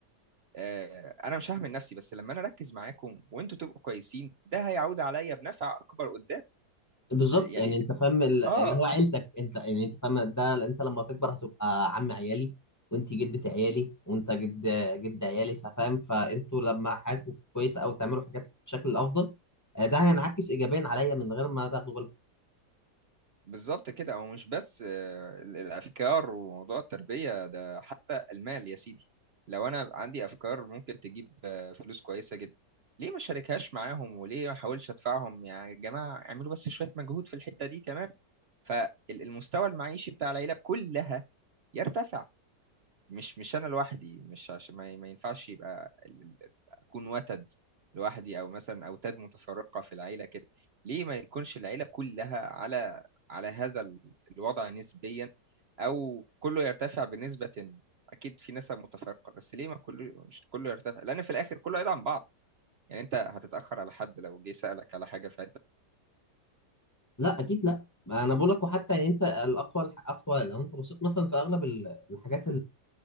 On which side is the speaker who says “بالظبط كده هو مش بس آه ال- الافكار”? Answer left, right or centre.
Right